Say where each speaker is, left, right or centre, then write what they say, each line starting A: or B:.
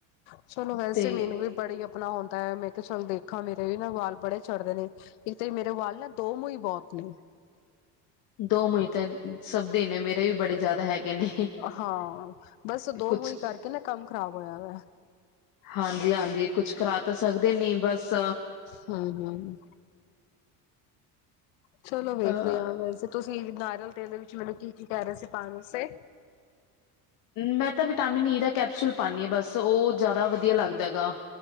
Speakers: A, on the left; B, on the left.
A: ਚਲੋ ਵੈਸੇ
B: ਤੇ
A: ਮੈਨ ਵੀ ਬੜੀ ਆਪਣਾ ਹੁੰਦੈ, ਮੈਂ ਕਿਹਾ ਚਲ ਦੇਖਾਂ ਮੇਰੇ ਵੀ ਨਾ ਵਾਲ ਬੜੇ ਝੜ੍ਦੇ ਨੇ। ਇੱਕ ਤੇ ਮੇਰੇ ਵਾਲ ਨਾ ਦੋ ਮੂੰਈ ਬੋਤ ਨੇ।
B: ਦੋ ਮੂਈ ਤੇ ਸਭ ਦੀ ਨੇ, ਮੇਰੇ ਵੀ ਬੜੇ ਜਾਦਾ ਹੈਗੇ। ਨੇ
A: ਹਾਂ ਬਸ ਦੋ
B: ਕੁਛ
A: ਮੂਈ ਕਰਕੇ ਨਾ ਕੰਮ ਖ਼ਰਾਬ ਹੋਯਾ ਵੈ।
B: ਹਾਂਜੀ- ਹਾਂਜੀ। ਕੁਛ ਕਰਾ ਤਾਂ ਸਕਦੇ ਨੀ ਬਸ
A: ਹਮ, ਹਮ। ਚਲੋ
B: ਅਹ
A: ਵੇਖਨੇ ਆ ਵੈਸੇ ਤੁਸੀ ਨਾਰੀਯਲ ਤੇਲ ਦੇ ਵਿੱਚ ਮੈਨੂੰ ਕੀ -ਕੀ ਕਹ ਰਏ ਸੀ ਪਾਨ ਵਾਸਤੇ।
B: ਮੈਂ ਤੇ ਵਿਟਾਮਿਨ ਈ ਦਾ ਕੈਪਸੂਲ ਪਾਨੀਂ ਆ। ਬਸ ਉਹ ਜਾਦਾ ਵਧੀਯਾ ਲੱਗਦਾ ਹੈਗਾ।